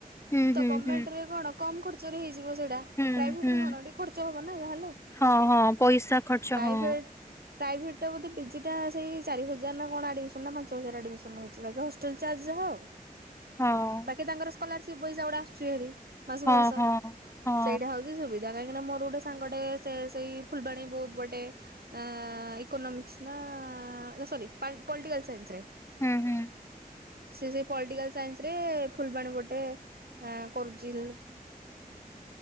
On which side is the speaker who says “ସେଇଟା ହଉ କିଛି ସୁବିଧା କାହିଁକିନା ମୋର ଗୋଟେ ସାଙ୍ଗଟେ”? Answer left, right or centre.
Right